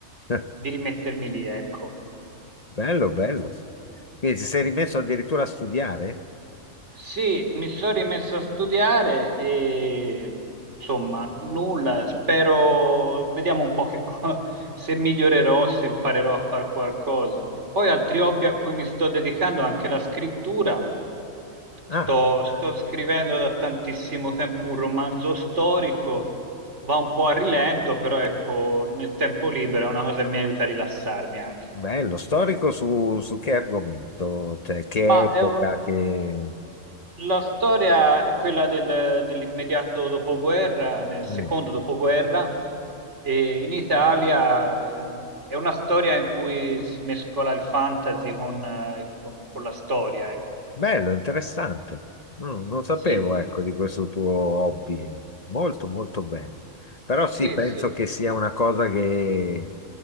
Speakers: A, on the left; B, on the right.
A: <laughs>
B: di rimettermi lì, ecco.
A: Bello, bello. Quindi ti sei rimesso addirittura a studiare?
B: Sì, mi sono rimesso a studiare e insomma, nulla, spero, vediamo un po' che co- <laughs> se migliorerò, se imparerò a fare qualcosa. Poi altri hobby a cui mi sto dedicando, anche la scrittura, sto,
A: Ah,
B: sto scrivendo da tantissimo tempo un romanzo storico, va un po' a rilento, però ecco, nel tempo libero è una cosa che mi aiuta a rilassarmi anche.
A: bello. Storico su, su che argomento? Cioè, che
B: Ma
A: epoca,
B: è un,
A: che...
B: La storia è quella del- dell'immediato dopoguerra, nel secondo
A: Mm.
B: dopoguerra, e in Italia eh, è una storia in cui si mescola il fantasy con, eh, con- con la storia, ecco.
A: Bello, interessante. No, non sapevo,
B: Sì,
A: ecco, di questo tuo hobby. Molto, molto bello. Però
B: sì,
A: sì, penso
B: sì,
A: che sia una cosa che